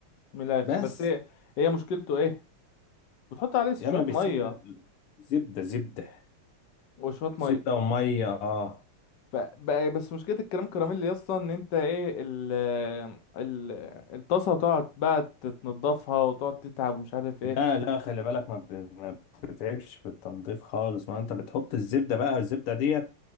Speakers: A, on the left; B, on the left.
A: من الاخر
B: بس
A: بس ايه هي مشكلته ايه بتحط عليه شوية
B: يا ما بالزبدة
A: مية
B: زبدة زبدة
A: وشوية مية
B: زبدة ومية اه
A: ف- بقى- بس مشكلة الكريم كراميل يا اسطى ان انت ايه ال ال الطاسة بتقعد بقى تتنضفها وتقعد تتعب ومش عارف ايه
B: لا لا خلي بالك ما بت- ما بتتعبش في التنظيف خالص ما انت بتحط الزبدة بقى الزبدة دي